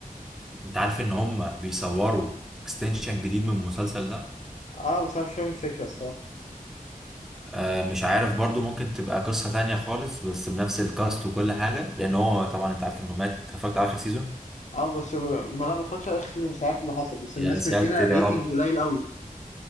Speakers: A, in the centre; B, on the left.
A: انت عارف ان هم بيصوروا اكستنشن جديد من المسلسل ده
B: اه بس أنا مش فاهم الفكرة الصراحة
A: آه مش عارف برضو ممكن تبقى قصة تانية خالص بس بنفس الكاست وكل حاجة لان هو طبعا انت عارف انه مات اتفرجت على اخر سيزون
B: اه بس ب... ما لا بفكرش آخر مش عارف اللي حصل بس
A: يا
B: الناس
A: ساتر
B: مدينا ريتنج
A: يا رب
B: قليل قوي